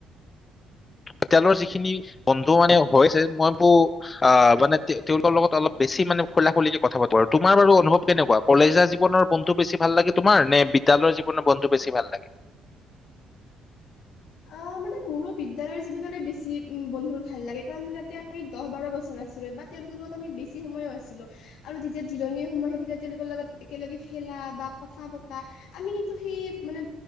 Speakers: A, on the left (about 20°); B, on the left (about 80°).
A: এতিয়ালৈকে যিখিনি বন্ধু মানে হৈছে মই বোৰ আহ মানে তেওঁলোক লগত অলপ বেছি মানে খোলা খুলিকে কথা পাতো তোমাৰ অনুভৱ কেনেকুৱা কলেজীয়া জীৱনৰ বন্ধু বেছি ভাল লাগে তোমাৰে নে নে বিদ্যালয় জীৱনৰ বন্ধু বেছি ভাল লাগে
B: অহ মানে মানে মোৰো বিদ্যালয়ৰ জীৱনলৈ বেছি উম বন্ধু ভাল লাগে কাৰণ তাতে আমি দহ বাৰ বছৰ আছিলো বা তেওঁলোক স্কুল আমি বেছি সময়ো আছিলো আৰু তেতিয়া জিৰণি সময় সেই তেতিয়া তেওঁলোকৰ লগত একেলগে খেলা বা ক কথা পতা আমি কিন্তু সেই মানে